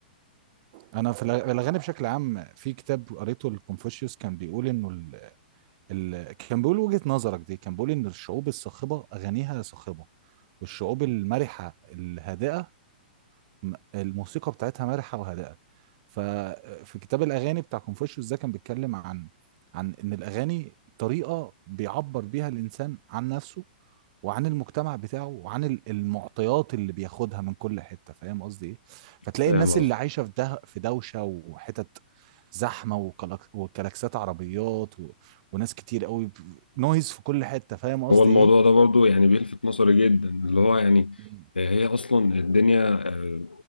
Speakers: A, on the right; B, on the left.
A: انا في الأ- الاغاني بشكل عام في كتاب قريته لكونفوشيوس كان بيقول انه ال... ال... كان بيقول وجهة نظرك دي كان بيقول ان الشعوب الصاخبة اغانيها صاخبة والشعوب المرحة الهادئة م- الموسيقى بتاعتها مرحه وهادئه ففي كتاب الاغاني بتاع كونفوشيوس ده كان بيتكلم عن عن ان الاغاني طريقه بيعبر بيها الانسان عن نفسه وعن المجتمع بتاعه وعن ال- المعطيات اللي بياخدها من كل حته فاهم قصدي ايه فتلاقي
B: فاهم
A: الناس
B: قصدي؟
A: اللي عايشه في ده في دوشه وحتت زحمه وكلاك- وكلاكسات عربيات و... وناس كتير قوي ب- نويز في كل حته فاهم قصدي
B: هو الموضوع
A: ايه
B: ده برضو يعني بيلفت نظري جدا اللي هو يعني
A: مم.
B: آه، هي اصلا الدنيا آه،